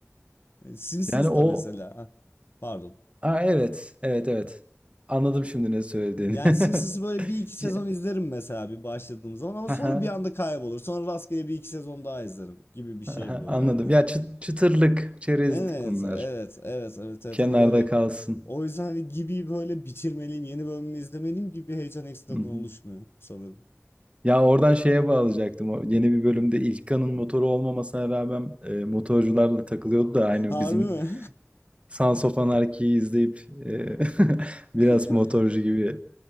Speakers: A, on the left; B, on the right.
A: E, Simpsons
B: Yani o
A: da mesela. Hah, Pardon.
B: ha, evet, evet, evet. Anladım şimdi ne söylediğini.
A: Yani Simpsons'ı
B: <laughs>
A: böyle bir iki sezon
B: Ya,
A: izlerim mesela bir başladığım zaman ama
B: haha,
A: sonra bir anda kaybolur. Sonra rastgele bir iki sezon daha izlerim gibi bir şey
B: haha,
A: böyle
B: Anladım.
A: hani.
B: Ya çı- çıtırlık, çerezlik
A: Evet,
B: bunlar.
A: evet, evet, evet, evet.
B: Kenarda
A: Hani böyle
B: kalsın.
A: o yüzden hani gibi böyle bitirmeliyim, yeni bölümünü izlemeliyim gibi bir heyecan ekstradan
B: Hı hı.
A: oluşmuyor sanırım.
B: Ya oradan şeye bağlayacaktım. O yeni bir bölümde
A: Hmm.
B: İlkan'ın motoru olmamasına rağmen e, motorcularla takılıyordu da aynı
A: Harbi
B: bizim
A: mi?
B: Sons of Anarchy'yi izleyip e, <laughs>
A: <laughs>
B: biraz motorcu gibi